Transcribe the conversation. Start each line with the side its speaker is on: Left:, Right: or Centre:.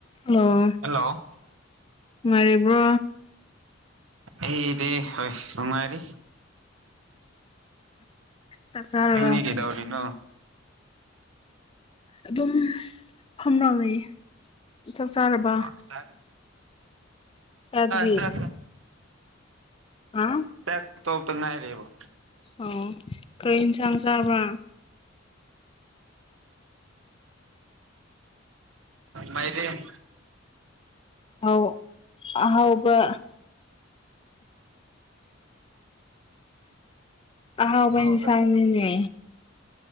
Left: ꯑꯣ
Right: ꯍꯜꯂꯣ
Left: ꯃꯔꯤꯕ꯭ꯔꯣ
Right: ꯑꯦꯗ ꯍꯣꯏ ꯔꯅꯨꯡꯉꯥꯏꯔꯤ
Left: ꯆꯥꯛ ꯆꯥꯔꯕ
Right: ꯌꯦ ꯍꯦꯒꯗ ꯍꯧꯔꯤꯅ
Left: ꯑꯗꯨꯝ ꯐꯝꯅ ꯂꯩꯌꯦ ꯆꯥꯛ ꯆꯥꯔꯕ
Right: ꯑꯁ
Left: ꯆꯥꯗ꯭ꯔꯤ
Right: ꯆꯗ
Left: ꯍꯥ
Right: ꯆ ꯇꯣꯅꯥꯔꯦꯕ
Left: ꯑꯣ ꯈꯔ ꯌꯦꯟꯁꯥꯡ ꯆꯥꯕ꯭ꯔꯥ
Right: ꯃꯩꯔ
Left: ꯑꯥꯎ ꯑꯍꯥꯎꯕ ꯑꯍꯥꯎꯕ
Right: ꯍꯥꯎ
Left: ꯏꯟꯁꯥꯡꯅꯤꯅꯦ